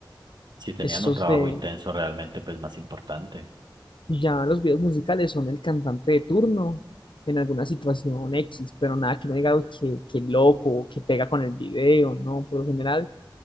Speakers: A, on the right (about 65°); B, on the left (about 80°).
A: Si tenían
B: Estos
A: un trabajo
B: de,
A: intenso realmente, pues más importante.
B: ya los videos musicales son el cantante de turno en alguna situación X, pero nada que no diga "Uy, que, que loco, o que pega con el video, ¿no? Por lo general